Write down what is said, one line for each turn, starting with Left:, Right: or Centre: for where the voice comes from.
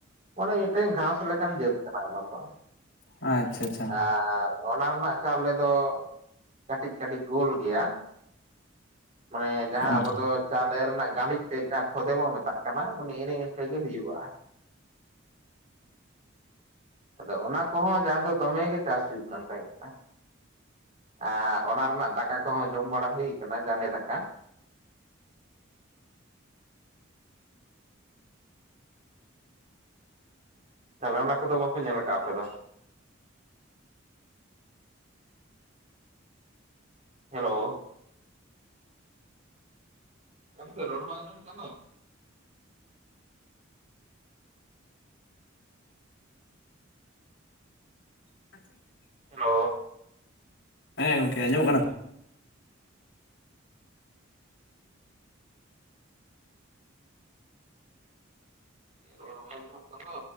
Right: ᱢᱟᱱᱮ ᱢᱤᱫᱴᱮᱱ ᱜᱷᱟᱥ ᱞᱮᱠᱟᱱ ᱡᱟᱹᱛ ᱾ ᱠᱟᱱᱟ ᱚᱱᱟ ᱫᱚ
Left: ᱟᱪᱪᱷᱟ ᱪᱷᱟ᱾
Right: ᱚᱱᱟ ᱚᱱᱟ ᱨᱮᱱᱟᱜ ᱪᱟᱣᱞᱮ ᱫᱚ ᱠᱟᱹᱴᱤᱡ ᱠᱟᱹᱴᱤᱡ ᱜᱳᱞ ᱜᱮᱭᱟ᱾ ᱢᱟᱱᱮ ᱡᱟᱦᱟᱸ
Left: ᱚ
Right: ᱟᱵᱚ ᱫᱚ ᱪᱟᱣᱞᱮ ᱨᱮᱱᱟᱜ ᱜᱟᱸᱰᱤᱡ ᱛᱮ ᱡᱟᱦᱟᱸ ᱠᱷᱚᱫᱮ ᱵᱚᱱ ᱢᱮᱛᱟᱜ ᱠᱟᱱᱟ ᱢᱟᱱᱮ ᱮᱱᱮ ᱤᱱᱠᱟᱹ ᱜᱮ ᱦᱩᱭᱩᱜ-ᱟ᱾ ᱟᱫᱚ ᱚᱱᱟ ᱠᱚᱦᱚᱸ ᱡᱟᱦᱟᱸ ᱫᱚ ᱫᱚᱢᱮᱜ ᱜᱮ ᱪᱟᱥ ᱦᱩᱭᱩᱜ ᱠᱟᱱ ᱛᱟᱦᱮᱸ ᱠᱟᱱᱟ᱾ ᱟᱨ ᱚᱱᱟ ᱨᱮᱱᱟᱜ ᱫᱟᱠᱟ ᱠᱚᱦᱚᱸ ᱡᱚᱢ ᱵᱟᱲᱟ ᱦᱩᱭ ᱟᱠᱟᱱᱟ ᱜᱟᱱᱮ ᱫᱟᱠᱟ᱾ ᱛᱟᱦᱚᱞᱮ ᱚᱱᱟ ᱠᱚᱫᱚ ᱵᱟᱯᱮ ᱧᱮᱞ ᱟᱠᱟᱫ-ᱟ ᱟᱯᱮ ᱫᱚ? ᱦᱮᱞᱳ ᱜᱚᱝᱠᱮ ᱨᱚᱲ ᱵᱟᱝ ᱟᱸᱡᱚᱢᱚᱜ ᱠᱟᱱ ᱫᱚ?
Left: <inaudible>
Right: ᱦᱮᱞᱳ᱾
Left: ᱦᱮᱸ ᱜᱚᱝᱠᱮ ᱟᱸᱡᱚᱢᱚᱜ ᱠᱟᱱᱟ ᱛᱚ?
Right: ᱨᱚᱲ ᱵᱟᱝ ᱟᱡᱚᱢᱚᱜ ᱠᱟᱱ ᱫᱚ?